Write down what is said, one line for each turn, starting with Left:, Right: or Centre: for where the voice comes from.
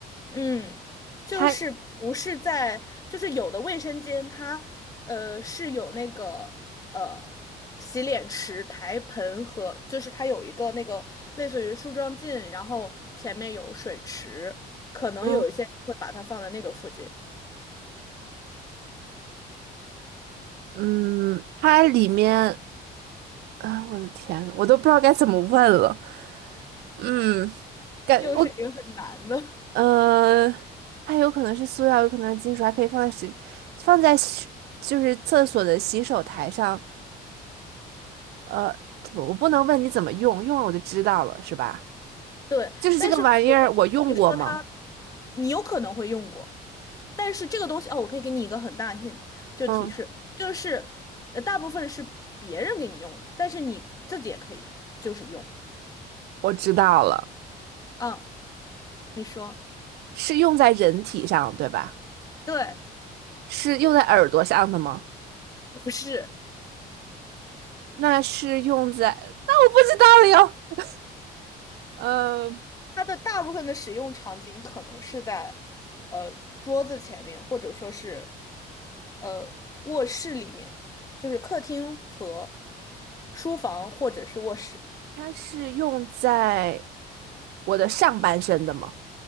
Left: 嗯，就是不是在，
Right: 它
Left: 就是有的卫生间它呃是有那个呃洗脸池、台盆和，就是它有一个那个类似于梳妆镜，然后前面有水池，可能有一些人会把它放在那个附近。
Right: 嗯嗯，它里面啊，我的天，我都不知道该怎么问了。嗯，感我
Left: 又是一个很难的。
Right: 呃，它有可能是塑料，有可能是金属，还可以放在洗，放在洗，就是厕所的洗手台上。呃，不我不能问你怎么用，用了我就知道了，是吧？
Left: <laughs> 对，
Right: 就是这个玩意儿，
Left: 但是我跟你说它，
Right: 我用过吗？
Left: 你有可能会用过。但是这个东西哦，我可以给你一个很大的 hint，就提示，
Right: 嗯，
Left: 就是呃，大部分是别人给你用的，但是你自己也可以就是用。
Right: 我知道了，
Left: 嗯，你说
Right: 是用在人体上，对吧？
Left: 对，
Right: 是用在耳朵上的吗？
Left: 不是，
Right: 那是用在，那我不知道了哟。呃，
Left: 它的大部分的使用场景可能是在呃桌子前面，或者说是呃卧室里面，就是客厅和书房或者是卧室。
Right: 它是用在。我的上半身的吗？